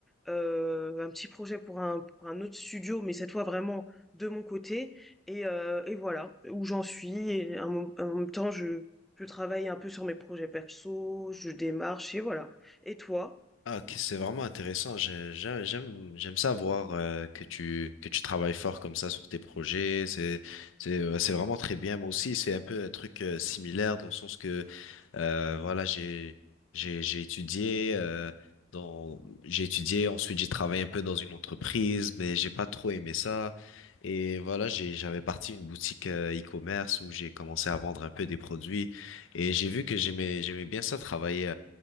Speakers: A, in the centre; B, on the left.
A: euh, un petit projet pour un pour un autre studio, mais cette fois vraiment de mon côté. Et, euh, et voilà où j'en suis. Et en, mo- en même temps, je je travaille un peu sur mes projets perso, je démarche et voilà. Et toi?
B: Ah, ok, c'est vraiment intéressant. Je- j'a- J'aime, j'aime ça voir euh, que tu que tu travailles fort comme ça sur tes projets. C'est c'est euh, c'est vraiment très bien. Moi aussi, c'est un peu un truc euh, similaire dans le sens que euh, voilà, j'ai j'ai j'ai étudié euh, dans j'ai étudié, ensuite j'ai travaillé un peu dans une entreprise, mais j'ai pas trop aimé ça. Et voilà, j'ai j'avais parti une boutique euh, e-commerce où j'ai commencé à vendre un peu des produits et j'ai vu que j'aimais j'aimais bien ça travailler